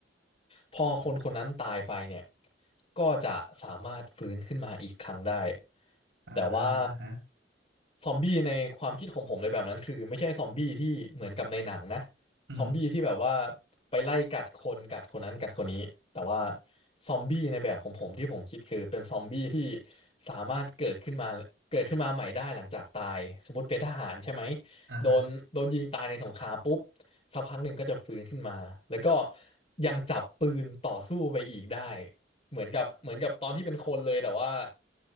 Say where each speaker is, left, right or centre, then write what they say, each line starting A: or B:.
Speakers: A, on the left; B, on the right.
A: พอคนคนนั้นตายไปเนี่ยก็จะสามารถฟื้นขึ้นมาอีกครั้งได้
B: อ่า
A: แต่ว่า
B: ฮะ
A: ซอมบี้ในความคิดของผมในแบบนั้นคือไม่ใช่ซอมบี้ที่เหมือนกับในหนังนะ
B: อืมฮึ
A: ซอมบี้ที่แบบว่าไปไล่กัดคนกัดคนนั้นกัดคนนี้แต่ว่าซอมบี้ในแบบของผมที่ผมคิดคือเป็นซอมบี้ที่สามารถเกิดขึ้นมาเกิดขึ้นมาใหม่ได้หลังจากตายสมมติเป็นทหารใช่ไหม
B: อ่าฮะ
A: โดนโดนยิงตายในสงครามปุ๊บสักพักหนึ่งก็จะฟื้นขึ้นมาแล้วก็ยังจับปืนต่อสู้ไปอีกได้เหมือนกับเหมือนกับตอนที่เป็นคนเลยแต่ว่า